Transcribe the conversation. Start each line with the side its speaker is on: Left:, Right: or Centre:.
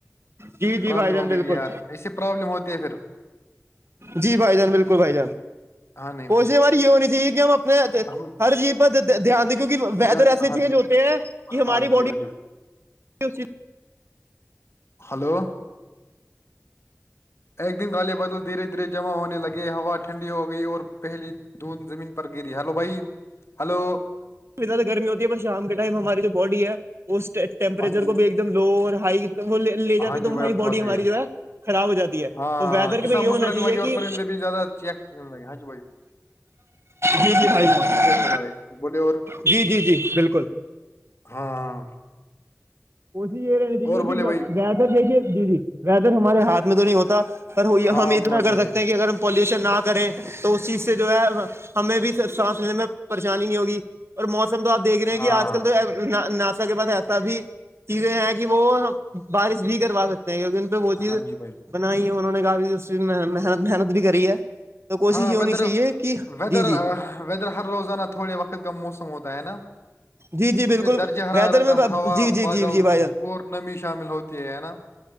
Right: جی جی
Left: پرابلم
Right: بھائی جان
Left: ہو
Right: بالکل
Left: گئی تھی یار ایسے پرابلم ہوتی ہے پھر
Right: جی بھائی جان بالکل بھائی جان
Left: ہاں نہیں
Right: کوشش ہماری یہ ہونی چاہیے کہ ہم اپنے
Left: ہم
Right: ہر چیز دھیان د کیونکہ ویدر
Left: ہاں
Right: ایسے چینج ہوتے ہیں کہ ہماری
Left: ہاں
Right: باڈی
Left: جی ہاں جی
Right: و <unintelligible>
Left: ہلو ایک دن گالے بادل دھیرے دھیرے جمع ہونے لگے ہوا ٹھنڈی ہو گئی اور پہلی دون زمین پر گیری ہلو بھائی ہلو
Right: زدہ گرمی ہوتی ہے شام کے ٹائم ہماری جو باڈی ہے اس ٹیمپریچر
Left: ہاں جی
Right: کو بھی ایک دم لو اور ہائی وہ لے جاتے
Left: ہاں
Right: ت
Left: جی بھائی
Right: وہی
Left: آپ کی
Right: باڈی
Left: بات صحیح
Right: ہماری جو ہے خراب ہو جاتی ہے
Left: ہاں
Right: تو ویدر
Left: کسان
Right: میں یہ ہونا
Left: مسکرانے
Right: چاہیے
Left: لگے
Right: کہ
Left: اور پرندے بھی زیادہ چیک کرنے لگے ہاں جی بھائی
Right: جی جی بھائی صاحب
Left: ب مارے بولیے اور
Right: جی جی جی بالکل
Left: ہاں
Right: کوشش یہ رہنی چاہیے
Left: اور
Right: کہ
Left: بولے بھائی
Right: ویدر دیکھیے جی جی ویدر ہمارے ہاتھ میں تو نہیں ہوتا پر وہ
Left: ہاں
Right: ہم
Left: آپ
Right: اتنا
Left: کی بات صحیح
Right: کر
Left: ہے
Right: سکتے
Left: بھائی
Right: ہیں کہ اگر پالوشن نہ کریں تو اس چیز سے جو ہے ہمیں بھی سانس لینے میں پریشانی نہیں ہوگی اور موسم تو آپ دیکھ رہے ہیں کہ
Left: ہاں
Right: آج کل تو ناسا کے بعد ایسا بھی چیزیں ہیں کہ وہ بارش بھی کروا سکتے ہیں کیونکہ ان پہ وہہ چیز
Left: ہاں جی بھائی
Right: بنائی ہے انہوں نے کہا بھی اس محنت محنت بھی کری ہے تو کوشش
Left: ہاں
Right: یہ ہونی
Left: ویدر
Right: چاہیے کہ
Left: ویدر
Right: جی جی
Left: ویدر ہر روزانہ تھوڑے وقت کا موسم ہوتا ہے نا
Right: جی جی
Left: اس
Right: بالکل
Left: میں درجہ ہرا
Right: ویدر
Left: رہتا
Right: میں
Left: ہوا
Right: جی جی
Left: بادل
Right: جی جی بھائی
Left: دھوپ
Right: جان
Left: اور بھی شامل ہوتی ہے نا